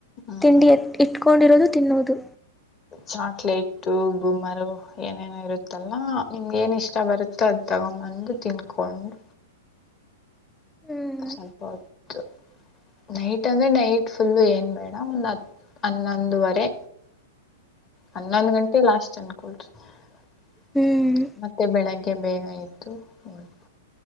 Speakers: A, on the left; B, in the centre.
A: ಹ್ಮ್
B: ತಿಂಡಿ ಎ ಇಟ್ಕೊಂಡಿರೋದು ತಿನ್ನೋದು
A: ಚಾಕ್ಲೇಟು ಬುಮರು ಏನೇನೋ ಇರುತ್ತಲ್ಲಾ ನಿಮ್ ಏನ್ ಇಷ್ಟ ಬರುತ್ತೆ ತ್ತ ತಗೊಂಬಂದು ತಿನ್ಕೊಂಡು
B: ಹ್ಮ್
A: ಸ್ವಲ್ಪ ಹೊತ್ತು ನೈಟ್ ಅಂದ್ರೆ ನೈಟ್ ಫುಲ್ಲ ಏನ್ ಬೇಡ ಒಂದು ಹತ್ ಹನ್ನೊಂದುವರೆ
B: <unintelligible> <inaudible>
A: ಹನ್ನೊಂದ್ ಗಂಟೆ ಲಾಸ್ಟ್ ಅನ್ಕೊಳ್ರಿ ಮ
B: ಹ್ಮ್
A: ಮತ್ತೆ ಬೆಳಿಗ್ಗೆ ಬೇಗ ಎದ್ದು ಓದು